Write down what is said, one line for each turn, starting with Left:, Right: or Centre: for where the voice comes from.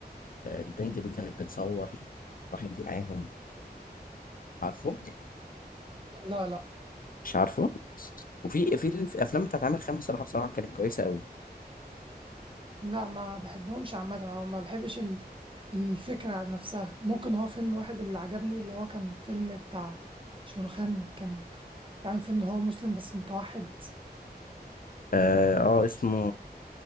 Left: آه، البنت دي كانت بتصور راحت معاهم عارفه
Right: لا لا
Left: مش عارفه وفي في الافلام بتاعت عامر خان بصراحه بصراحه كانت كويسه قوي
Right: لا ما بحبهمش عامه او ما بحبش ال... الفكرة نفسها ممكن هو فيلم واحد اللي عجبني اللي هو كان فيلم بتاع شاروخان كان تعمل فيه ان هو مسلم بس متوحد
Left: اه آه، اسمه